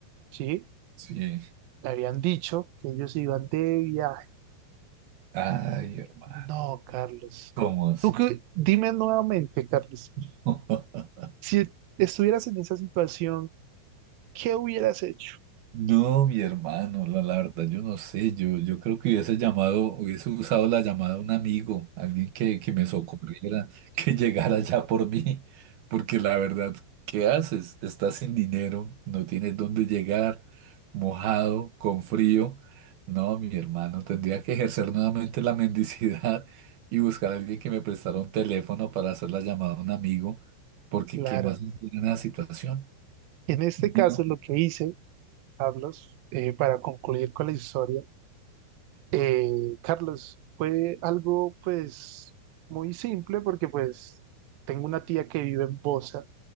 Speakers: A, on the right; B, on the right.
A: ¿sí?
B: sí.
A: Le habían dicho que ellos iban de viaje.
B: Ay, hermano.
A: No, Carlos.
B: ¿Cómo así?
A: Tú que, dime nuevamente, Carlos,
B: <laughs>
A: si estuvieras en esa situación, ¿qué hubieras hecho?
B: No, mi hermano, la, la verdad, yo no sé, yo, yo creo que hubiese llamado, hubiese usado la llamada a un amigo, alguien que, que me socorriera, <laughs> que llegara ya por mí, porque la verdad, ¿qué haces? Estás sin dinero, no tienes dónde llegar, mojado, con frío. No, mi hermano, tendría que ejercer nuevamente la mendicidad <laughs> y buscar a alguien que me prestara un teléfono para hacer la llamada a un amigo, porque
A: Claro,
B: ¿qué más en la situación?
A: en este
B: No,
A: caso lo que hice, Carlos, eh, para concluir con la historia, eh, Carlos, fue algo pues muy simple porque pues tengo una tía que vive en Bosa